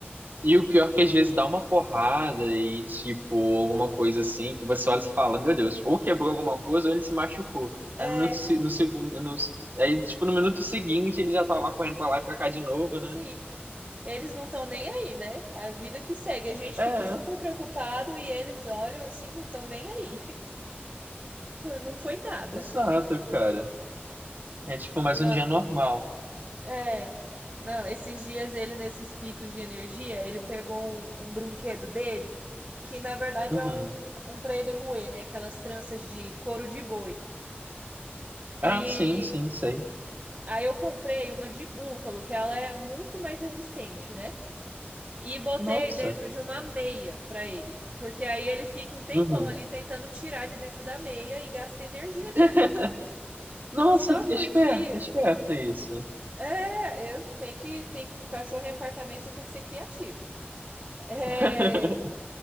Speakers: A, on the right; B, on the right.
A: E o pior é que às vezes dá uma porrada e, tipo, alguma coisa assim, que você olha e fala, meu Deus, ou quebrou alguma coisa ou ele se machucou.
B: É,
A: Aí no minuto, se- no segundo, no, aí, tipo, no minuto seguinte ele já tá lá correndo pra lá e pra cá de novo,
B: sim.
A: né?
B: Eles não estão nem aí, né? A vida que segue. A gente
A: É,
B: fica super preocupado e eles olham assim, não estão nem aí. <laughs> Não foi nada.
A: exato, cara. É tipo mais
B: Nossa.
A: um dia normal.
B: É. Não, esses dias ele, nesses picos de energia, ele pegou um, um brinquedo dele, que na verdade
A: Uhum.
B: é um, um pra ele roer, né? Aquelas tranças de couro de boi.
A: Ah,
B: E
A: sim, sim, sei.
B: aí eu comprei uma de búfalo, que ela é muito mais resistente, né? E botei
A: Nossa.
B: dentro de uma meia pra ele. Porque aí ele fica um tempão
A: Uhum.
B: ali tentando tirar de dentro da meia e gasta a energia
A: <laughs>
B: dele.
A: Nossa,
B: Só que
A: esperto,
B: um dia,
A: esperto é isso.
B: é, eu tenho que, tem cachorro em apartamento, você tem que ser criativo. É,
A: <laughs>